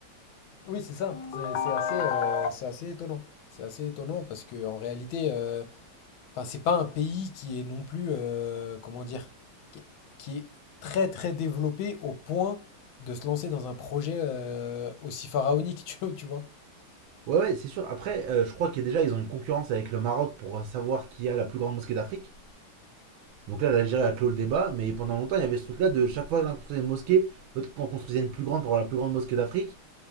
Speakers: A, on the left; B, on the right.
A: Oui, c'est ça. C'est c'est assez, euh, c'est assez étonnant. C'est assez étonnant parce que en réalité, euh, enfin, c'est pas un pays qui est non plus. euh, comment dire? Qui est, qui est très, très développé au point de se lancer dans un projet euh, aussi pharaonique, <laughs> tu vois, tu vois.
B: Ouais, ouais, c'est sûr. Après, euh, je crois que déjà, ils ont une concurrence avec le Maroc pour euh, savoir qui a la plus grande mosquée d'Afrique. Donc là, l'Algérie a clos le débat, mais pendant longtemps, il y avait ce truc-là de chaque fois l'un construisait une mosquée, l'autre en construisait une plus grande pour avoir la plus grande mosquée d'Afrique.